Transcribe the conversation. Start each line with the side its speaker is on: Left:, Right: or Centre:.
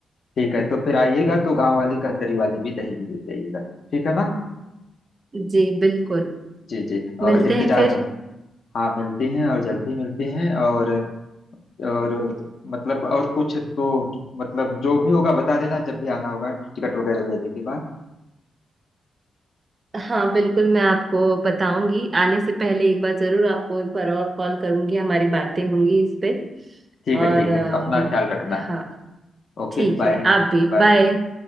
Left: ठीक है तो फिर आइएगा तो गांव वाली कहतरी वाली भी दही भी लेते आइएगा ठीक है ना
Right: जी बिल्कुल
Left: जी जी
Right: मिलते
Left: और इंतजार
Right: हैं फिर
Left: है हाँ मिलते हैं और जल्दी मिलते हैं और और मतलब और कुछ तो मतलब जो भी होगा बता देना जब भी आना होगा टिकट वगैरह लेने के बाद
Right: हाँ बिल्कुल मैं आपको बताऊंगी आने से पहले एक बार जरूर आपको एक बार और कॉल करूंगी हमारी बातें होंगी इस पे
Left: ठीक
Right: और
Left: है ठीक
Right: अ,
Left: है अपना ख्याल रखना
Right: हाँ
Left: Okay
Right: ठीक
Left: bye
Right: है आप भी
Left: बाय
Right: बाय